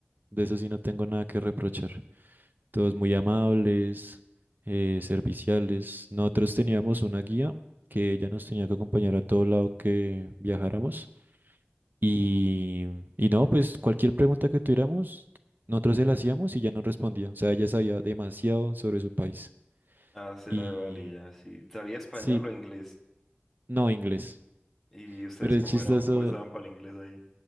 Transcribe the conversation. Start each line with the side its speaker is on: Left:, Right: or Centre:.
Right: De eso sí no tengo nada que reprochar. Todos muy amables, eh, serviciales. Nosotros teníamos una guía que ella nos tenía que acompañar a todo lado que viajáramos. Y, y no, pues cualquier pregunta que tuviéramos, nosotros se la hacíamos y ya nos respondía. O sea, ella sabía demasiado sobre su país.
Centre: Ah, será
Right: Y
Centre: de Bali, ya, sí. ¿Sabía español
Right: sí,
Centre: o inglés?
Right: no inglés.
Centre: ¿Y ustedes
Right: Pero es
Centre: cómo
Right: chistoso
Centre: era, cómo estaban para el inglés ahí?